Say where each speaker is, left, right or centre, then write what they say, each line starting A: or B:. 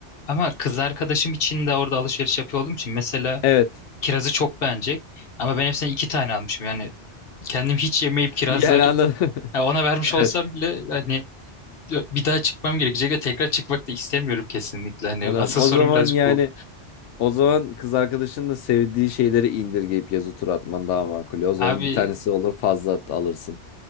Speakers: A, on the left (about 55°); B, on the left (about 85°).
A: Ama kız arkadaşım için de orada alışveriş yapıyor olduğum için mesela
B: Evet.
A: kirazı çok beğenecek. Ama ben hepsinden iki tane almışım. Yani kendim hiç yemeyip kirazları
B: Yani anladım. <laughs>
A: ya ona vermiş
B: Evet.
A: olsam bile hani bir daha çıkmam gerekecek ve tekrar çıkmak da istemiyorum kesinlikle. Hani
B: Anladım.
A: asıl
B: O
A: sorun
B: zaman
A: birazcık
B: yani
A: bu.
B: o zaman kız arkadaşının da sevdiği şeyleri indirgeyip yazı tur atman daha makul. O zaman
A: Abi
B: bir tanesi olur fazla at- alırsın.